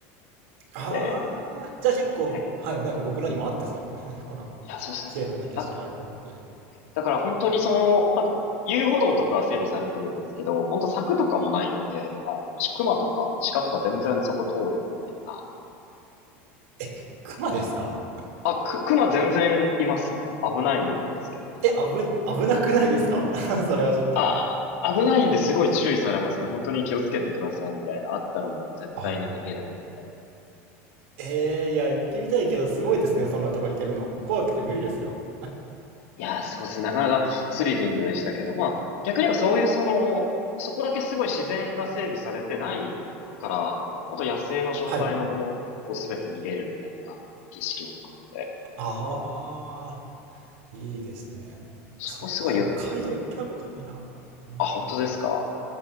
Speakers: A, on the right; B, on the left.
A: ああ、
B: で、
A: じゃあ結構、
B: え
A: はい、なんか僕のにも合ってそう。<laughs> この、
B: いや、そうですね。
A: 綺麗な景色歩くのっていう。
B: だだから本当にその、なんか遊歩道とかは整備されてるんですけど、本当柵とかもないんで、あの、熊とか鹿とか全然そこ通るよみたいな。
A: え、熊ですか
B: あ、く、熊全然いますね。危ないですけど。
A: え、危、危なくないですか <laughs> それはちょっと。
B: あー、危ないんですごい注意されますね。本当に気をつけてくださいみたいな。あったらもう絶対に逃げないで。
A: はい。えー、いや、行ってみたいけど、すごいですね、そんなとこ行けるの。怖くて無理ですよ。
B: いやー、そうです。なかなかスリリングでしたけど、まあ、逆にはそういうその、そこだけすごい自然が整備されてないから、本当野生の状態のものをすべて見れるみたいな景色も含めて、
A: はい。ああ、いいですね。
B: そこすごい良かっ
A: そっか、北海道行ったことないな。うん
B: た。あ、本当ですか